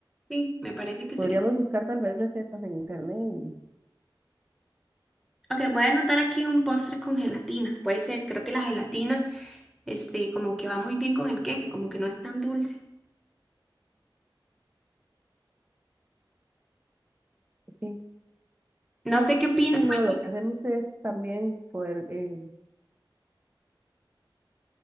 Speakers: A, in the centre; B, on the right.
A: Sí, me parece que sería.
B: Podríamos buscar tal vez recetas en internet y
A: Ok, voy a anotar aquí un postre con gelatina. Puede ser, creo que la gelatina. este, como que va muy bien con el queque, como que no es tan dulce.
B: sí,
A: No sé qué opina,
B: Sí,
A: bueno,
B: no, lo que hacemos es también poder, eh,